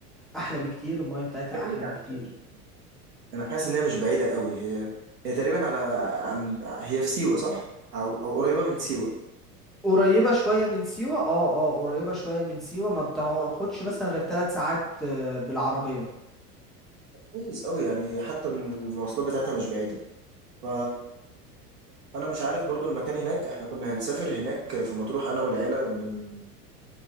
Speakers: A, in the centre; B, on the right.
A: احلى بكتير المايه بتاعتها
B: بعيدة
A: احلى بكتير
B: على فكرة أنا حاسس إن هي مش بعيدة قوي هي هي تقريبا على عن هي في سيوة صح؟ أو أو قريبة من سيوة
A: قريبه شويه من سيوه اه اه قريبه شويه من سيوه ما
B: آه،
A: بتاخدش
B: قريبة من سيوة.
A: مثلا غير ثلاث ساعات آه، بالعربيه
B: كويس قوي يعني حتى إن المواصلات بتاعتها مش بعيدة ف انا مش عارف برضو المكان هناك احنا كنا هنسافر هناك في مطروح انا والعيله من